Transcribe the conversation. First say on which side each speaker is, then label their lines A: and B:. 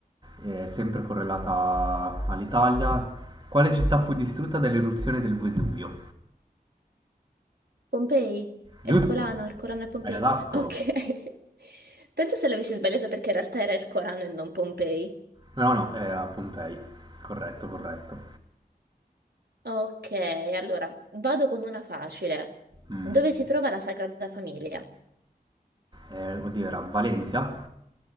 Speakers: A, on the right; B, on the right.
A: Eh, sempre correlata all'Italia. Quale città fu distrutta dall'eruzione del Vesuvio?
B: Pompei. Ercolano,
A: Giusto?
B: Ercolano e Pompei.
A: È adatto.
B: Ok. <laughs> Penso se l'avessi sbagliata perché in realtà era Ercolano e non Pompei.
A: No, no, era Pompei. Corretto, corretto.
B: Ok, allora vado con una facile.
A: Mm.
B: Dove si trova la Sagrada Famiglia?
A: eh, oddio, era Valencia?